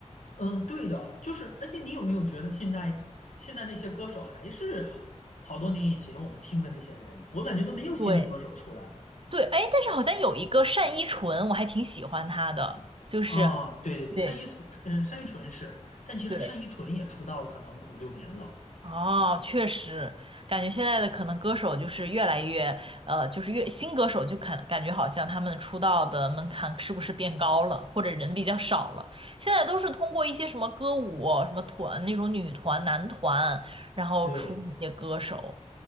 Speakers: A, on the left; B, on the right.
A: 嗯，对的，就是，而且你有没有觉得现在现在那些歌手还是好好多年以前我们听的那些人，我感觉都没有新的歌手出来
B: 对，对，哎，但是好像有一个单依纯，我还挺喜欢她的，就是，
A: 啊。对对对，
B: 对
A: 单依纯，嗯，单依纯是，但其实单依纯也出道可能五六年了。
B: 对，哦，确实，感觉现在的可能歌手就是越来越，呃，就是越新歌手就感感觉好像他们出道的门槛是不是变高了，或者人比较少了？现在都是通过一些什么歌舞、什么团那种女团、男团，然后出一些歌手，
A: 对。